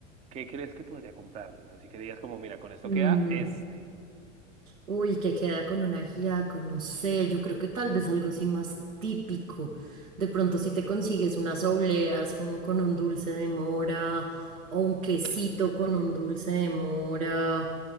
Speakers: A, on the right (about 15°); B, on the right (about 80°).
A: ¿qué crees que podría comprarles? Así que digas como, mira, con esto
B: Mm,
A: queda este.
B: uy, que queda con un ajiaco, no sé, yo creo que tal vez algo así más típico. De pronto si te consigues unas obleas como con un dulce de mora o un quesito con un dulce de mora,